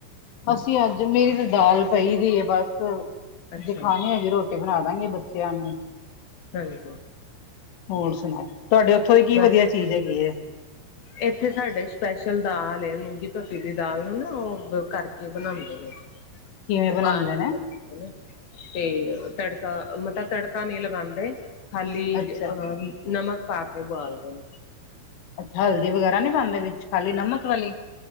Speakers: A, on the left; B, on the left.
A: ਅਸੀਂ ਅੱਜ, ਮੇਰੀ ਤਾਂ ਦਾਲ ਪਈ ਦੀ ਹੈ, ਬਸ
B: ਅੱਛਾ
A: ਜੇ ਖਾਨੀ ਹੋੲ ਗੀ ਰੋਟੀ ਤੇ ਬਣਾ ਦਾਂਗੇ ਬੱਚਿਆਂ ਨੂੰ
B: ਹਾਂਜੀ।
A: ਹੋਰ ਸੁਣਾਓ, ਤੁਹਾਡੇ ਉੱਥੋਂ ਦੀ ਕੀ
B: ਬਸ
A: ਵਧੀਆ ਚੀਜ਼ ਹੈਗੀ ਹੈ।
B: ਇੱਥੇ ਸਾਡੇ ਸਪੈਸ਼ਲ ਦਾਲ ਏ, ਮੂੰਗੀ ਧੋਤੀ ਦੀ ਦਾਲ ਨੂੰ ਨਾ ਉਹ ਕਰਕੇ ਬਣਾਉਂਦੇ ਨੇ।
A: ਕਿਵੇਂ ਬਣਾਉਂਦੇ
B: ਉਬਾਲ
A: ਨੇ
B: ਕੇ ਬਣਾਓ ਹੈਨਾ ਤੇ ਤੜਕਾ, ਮਤਲਬ ਤੜਕਾ ਨਹੀਂ ਲਗਾਉਂਦੇ। ਖਾਲੀ
A: ਅੱਛਾ
B: ਅਹ ਨਮਕ ਪਾ ਕੇ ਉਬਾਲਦੇ ਨੇ।
A: ਅੱਛਾ ਹਲਦੀ ਵਗੈਰਾ ਨਹੀਂ ਪਾਉਂਦੇ ਵਿੱਚ, ਖਾਲੀ ਨਮਕ ਵਾਲੀ।